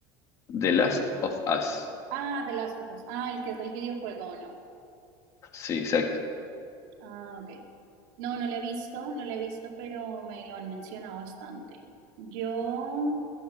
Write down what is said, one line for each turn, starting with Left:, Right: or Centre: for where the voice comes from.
Left: The Last of Us.
Right: Ah, The Last of Us. Ah, el que es del videojuego, ¿o no?
Left: Sí, exacto.
Right: Ah, ok. No, no lo he visto, no lo he visto, pero me lo han mencionado bastante. Yo,